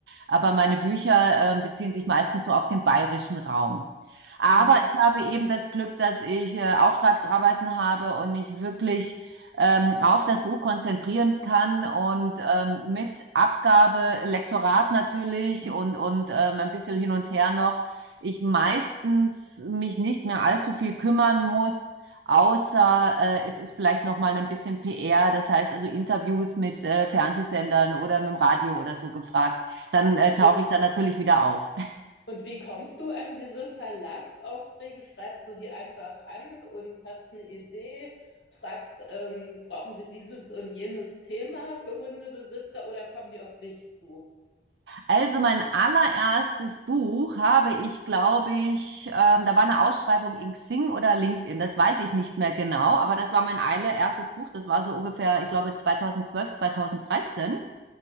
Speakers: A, on the right; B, on the left.
A: aber meine Bücher äh, beziehen sich meistens so auf den bayerischen Raum. Aber
B: Mhm.
A: ich habe eben das Glück, dass ich äh, Auftragsarbeiten habe und mich wirklich ähm, auf das Buch konzentrieren kann und ähm, mit Abgabe, Lektorat natürlich und, und ähm, ein bisschen hin und her noch, ich meistens mich nicht mehr allzu viel kümmern muss außer äh, es ist vielleicht noch mal ein bisschen PR, das heißt also Interviews mit äh, Fernsehsendern oder mit dem Radio oder so gefragt, dann äh, tauche
B: Und,
A: ich da natürlich wieder auf.
B: und wie kommst du an diese Verlagsaufträge? Schreibst du die einfach an und hast eine Idee? Fragst, ähm, brauchen sie dieses und jenes Thema für Hundebesitzer oder kommen die auf dich zu?
A: Also mein allererstes Buch habe ich, glaube ich, ähm, da war eine Ausschreibung in Xing oder LinkedIn, das weiß ich nicht mehr genau, aber das war mein allererstes Buch, das war so ungefähr, ich glaube, 2012, 2013.